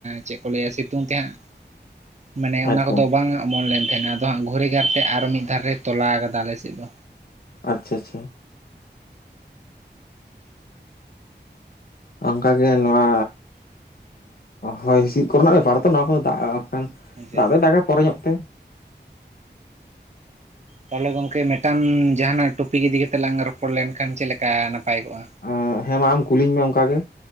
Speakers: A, on the right; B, on the left.
A: ᱪᱮᱫ ᱠᱚ ᱞᱟᱹᱭᱟ ᱥᱤᱛᱩᱝ ᱛᱮ ᱦᱟᱸᱜ ᱢᱟᱱᱮ
B: ᱟᱪᱪᱷᱟ
A: ᱚᱱᱟ ᱠᱚᱫᱚ ᱵᱟᱝ ᱚᱢᱚᱱ ᱞᱮᱱ ᱛᱟᱦᱮᱱᱟᱼᱼ ᱟᱫᱚ ᱦᱟᱸᱜ ᱜᱷᱩᱨᱤ ᱜᱟᱨᱛᱮ ᱟᱨᱚ ᱢᱤᱫ ᱫᱷᱟᱨᱮ ᱛᱚᱞᱟ ᱟᱠᱟᱫᱟ ᱟᱞᱮᱥᱮᱫ ᱫᱚ
B: ᱟᱪᱪᱷᱟ ᱟᱪᱪᱷᱟ ᱚᱱᱠᱟᱜᱮ ᱱᱚᱣᱟ ᱦᱚᱭ ᱦᱤᱸᱥᱤᱫ ᱠᱚᱨᱮᱱᱟᱜ ᱵᱮᱯᱟᱨ ᱛᱚ ᱱᱚᱣᱟ ᱠᱚᱫᱚ ᱫᱟᱜ ᱠᱷᱟᱱ
A: ᱟᱪᱪᱷᱟ
B: ᱫᱟᱜ ᱫᱚᱭ ᱫᱟᱜᱟ ᱯᱚᱨᱮ ᱧᱚᱜ ᱛᱮ
A: ᱛᱟᱞᱦᱮ ᱜᱚᱝᱠᱮ ᱢᱤᱫᱴᱟᱝ ᱡᱟᱦᱟᱱᱟᱜ ᱴᱚᱯᱤᱠ ᱤᱫᱤ ᱠᱟᱛᱮ ᱞᱟᱝ ᱨᱚᱯᱚᱲ ᱞᱮᱱᱠᱷᱟᱱ ᱪᱮᱫ ᱞᱮᱠᱟ ᱱᱟᱯᱟᱭ ᱠᱚᱜᱼᱟ
B: ᱮᱸᱜ ᱦᱮᱸ ᱢᱟ ᱟᱢ ᱠᱩᱞᱤᱧ ᱢᱮ ᱚᱱᱠᱟ ᱜᱮ